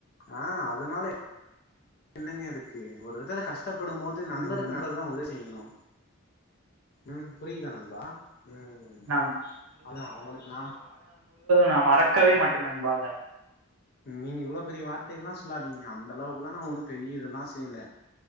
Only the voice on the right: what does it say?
ம்,
நான்
நா மறக்கவே மாட்டே நண்பா இத